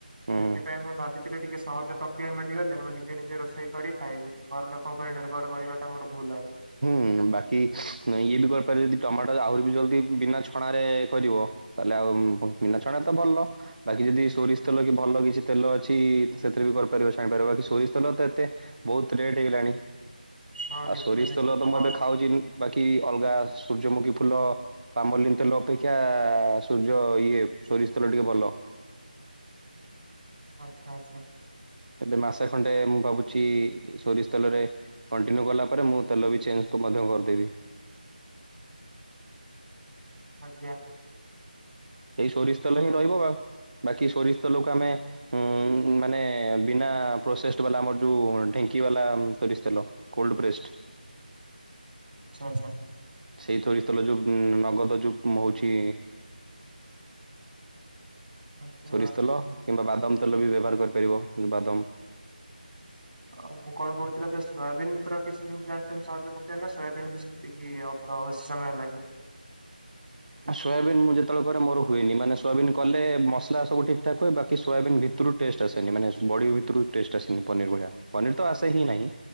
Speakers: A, on the right (about 65°); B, on the right (about 85°).
A: ହୁଁ।
B: ସେଥିପାଇଁ ମୁଁ ଭାବିିଥିଲି ଟିକେ ସହଜ ପ୍ରକ୍ରିୟା ମିଳିଗଲେ ମୁଁ ନିଜେ ନିଜେ ରୋଷେଇ କରି ଖାଇବି ଘର ଲୋକଙ୍କ ଉପରେ ନିର୍ଭର କରିବାଟା ମୋର ଭୁଲ୍ ହେବ
A: ହୁଁ ବାକି ଇଏ ବି କରିପାରିବ ଯଦି ଟମାଟ ଆହୁରି ବି ଜଲଦି ବିନା ଛଣାରେ କରିବ ତାହେଲେ ଆଉ ବିନା ଛଣା ତ ଭଲ ବାକି ଯଦି ସୋରିଷ ତେଲ କି ଭଲ କିଛି ତେଲ ଅଛି ସେଥିରେ ବି କରିପାରିବ ଛାଣି ପାରିବ ବାକି ସୋରିଷ ତେଲ ତ ଏତେ ବହୁତ ରେଟ୍ ହେଇଗଲାଣି
B: ହଁ
A: ଆଉ
B: ନିଶ୍ଚୟ
A: ସୋରିଷ
B: ନିଶ୍ଚୟ
A: ତେଲ
B: ପ୍ରବଳ
A: ତ ମୁ ଏବେ ଖାଉଛି ବାକି ଅଲଗା ସୂର୍ଯ୍ୟମୁଖୀ ଫୁଲ ପାମଲିନ୍ ତେଲ ଅପେକ୍ଷା ସୂର୍ଯ୍ୟ ଇଏ ସୋରିଷ ତେଲ ଟିକେ ଭଲ
B: ଆଚ୍ଛା ଆଚ୍ଛା।
A: ଏବେ ମାସେ ଖଣ୍ଡେ ମୁଁ ଭାବୁଛି ସୋରିଷ ତେଲରେ କଣ୍ଟିନ୍ୟୁ କଲା ପରେ ମୁଁ ତେଲ ବି ଚେଞ୍ଜ ମଧ୍ୟ କରିଦେବି।
B: ଆଜ୍ଞା।
A: ସେଇ ସୋରିଷ ତେଲ
B: ହଁ
A: ହିଁ ରହିବ ବା ବାକି ସୋରିଷ ତେଲକୁ ଆମେ ଉଁ ମାନେ ବିନା ପ୍ରୋସେସ ବାଲା ଆମର ଯୋଉ ଢେଙ୍କି ବାଲା ସୋରିଷ ତେଲ। Cold pressed.
B: ଆଚ୍ଛା ଆଚ୍ଛା।
A: ସେଇ ସୋରିଷ ତେଲ ଯେଉଁ ନଗଦ ଯେଉଁ ହଉଛି
B: ଆଚ୍ଛା
A: ସୋରିଷ ତେଲ କିମ୍ବା ବାଦାମ ତେଲ ବି ବ୍ୟବହାର କରିପାରିବ ବାଦାମ
B: ଆଉ ମୁଁ କଣ କହୁଥିଲ ତ ସୋୟାବିନ ତ କିଛି ଜାଣିଛନ୍ତି ସହଜ ପକାନା ସୋୟବିନ ବି ସେତିକି ଅଧ ଅବଶ୍ୟ ସମୟ ଲାଗେ
A: ସୋୟାବିନ୍ ମୁଁ ଯେତେବେଳେ କରେ ମୋର ହୁଏନି ମାନେ ସୋୟବିନ୍ କଲେ ମସଲା ସବୁ ଠିକ ଠାକ୍ ହୁଏ ବାକି ସୋୟାବିନ ଭିତ ଟେଷ୍ଟ ଆସେନି ମାନେ ବଡି ଭିତରୁ ଟେଷ୍ଟ ଆସେନି ପନିର ଭଳିଆ ପନିର ତ ଆସେ ହିଁ ନାହିଁ।